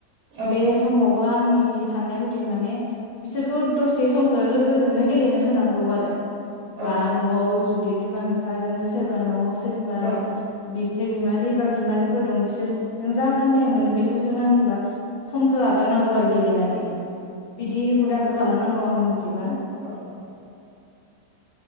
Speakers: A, on the right; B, on the left.
A: औ
B: बे समावबो आंनि साननाय मथे माने बिसोरखौ दसे समखौ लोगोजोंनो गेलेनो होनांगौ आरो‌
A: औ
B: बा नआव जुदि बिमा बिफाजोंनो सोरबा न'आव सोरनिबा
A: औ
B: बि बिबथै बिमादै बा बिमानैफोर दं बिसोर जों जा खिनि
A: औ
B: थायम मोनो बिसोर जों नांनोबा समखो आगारनांगौ आरोखि। गेलेनानैनो बिदि
A: सैथो
B: हुदाखौ
A: एकदम
B: खालामनांगौ
A: सैथो
B: आंनि मथेबा।
A: औ औ